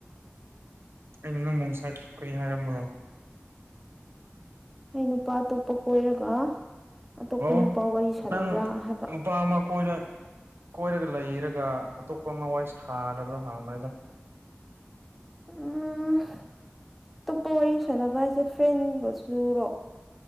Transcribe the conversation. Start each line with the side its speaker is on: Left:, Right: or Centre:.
Right: ꯑꯩꯅ ꯅꯪꯃꯣꯡꯁꯥꯏ ꯀꯔꯤ ꯍꯥꯏꯔꯝꯕ꯭ꯔꯣ
Centre: ꯑꯩ ꯅꯨꯄꯥ ꯑꯇꯣꯞꯄ ꯀꯣꯏꯔꯒ ꯑꯇꯣꯞꯄ
Right: ꯑꯣ
Centre: ꯅꯨꯄꯥ ꯋꯥꯔꯤ ꯁꯥꯟꯅꯕ꯭ꯔꯥ
Right: ꯅꯪ
Centre: ꯍꯥꯏꯕ
Right: ꯅꯨꯄꯥ ꯑꯃ ꯀꯣꯏꯔ ꯀꯣꯏꯔꯒ ꯂꯩꯔꯒ ꯑꯇꯣꯞꯄ ꯑꯃꯋꯥꯏ ꯁꯥꯔꯕ꯭ꯔꯥ ꯍꯥꯡꯕꯅꯤꯗ
Centre: ꯎꯝ ꯑꯇꯣꯞꯄ ꯋꯥꯔꯤ ꯁꯥꯟꯅꯕ ꯍꯥꯏꯁꯦ ꯐ꯭ꯔꯦꯟꯒ ꯁꯨꯔꯣ